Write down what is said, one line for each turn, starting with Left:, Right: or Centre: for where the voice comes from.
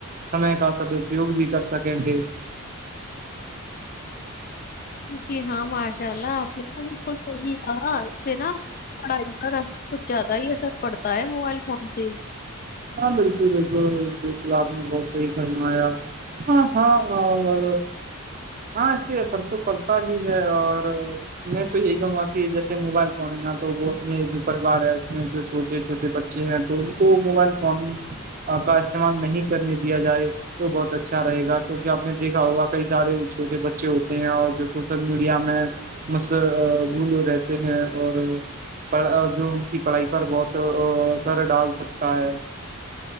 Right: سمے کا سداپیوگ بھی کر سکیں گے
Left: جی ہاں ماشاء اللہ آپ نے بلکل صحیح ہاں اس سے نا پڑھائی کا ر کچھ زیادہ ہی اثر پڑتا ہے موبائل فون سے <inaudible>
Right: ہاں بالکل بالکل بالکل آپ نے بہت صحیح فرمایا <inaudible> ہاں ہاں ہ <inaudible> ہاں ایسے اثر تو پڑتا ہی ہے اور میں تو یہی کہوں گا کہ جیسے موبائل فون ہے نا تو وہ اپنے جو پریوار ہے اس میں جو چھوٹے چھوٹے بچے ہیں تو ان کو موبائل فون کا استعمال نہیں کرنے دیا جائے تو بہت اچھا رہے گا کیونکہ آپ نے دیکھا ہوگا کئی سارے چھوٹے بچے ہوتے ہیں اور جو سوشل میڈیا میں مس بھول رہتے ہیں اور <inaudible> پڑ جو ان کی پڑھائی پر بہت اثر ڈال سکتا ہے